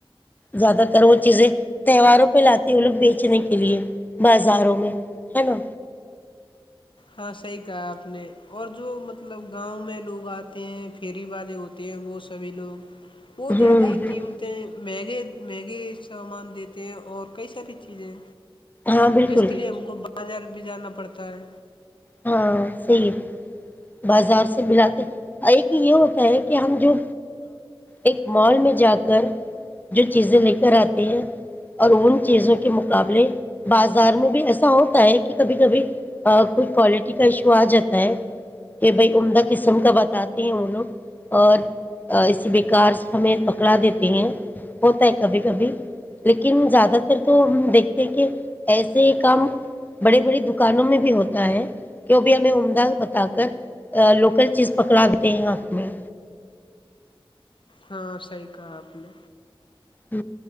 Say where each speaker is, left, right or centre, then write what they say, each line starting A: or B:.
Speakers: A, on the left; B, on the left.
A: زیادہ کرو وہ چیزیں تیواروں پہ لاتے ہیں وہ لوگ بیچنے کے لیے بازاروں میں ہے نا
B: ہاں صحیح کہا آپ نے اور جو مطلب گاؤں میں لوگ آتے ہیں فھیری والے ہوتے ہیں وہ سبھی لوگ <unintelligible> وہ
A: ہوں
B: زیاد ہی
A: ہوں
B: قیمتیں مہ گ <unintelligible> میگی سامان دیتے ہیں اور کئی ساری چیزیں
A: ہاں بالکل
B: جس کے لیے ہم کو بازار بھی جانا پڑتا ہے
A: ہاں صحی ہے بازار سے ملاتے ایک یہ ہوتا ہے کہ ہم جو ایک مال میں جا کر جو چیزیں لے کر آتے ہیں اور ان چیزوں کے مقابلے بازار میں بھی ایسا ہوتا ہے کہ کبھی کبھی کچھ کوالٹی کا ایشو آ جاتا ہے کہ بھائی عمدہ قسم کا بتاتے ہیں وہ لوگ اور اسے ب کار ہمیں پکڑا دیتے ہیں ہوتا ہے کبھی کبھی لیکن زیادہ تر تو ہم دیکھتے ہیں کہ ایسے ہی کام بڑے بڑی دکانوں میں بھی ہوتا ہے کیوں بھی ہمیں عمدہ بتا کر لوکل چیز پکڑا دیتے ہیں آنکھ میں
B: ہاں صحیح کہا آپ نے
A: ہ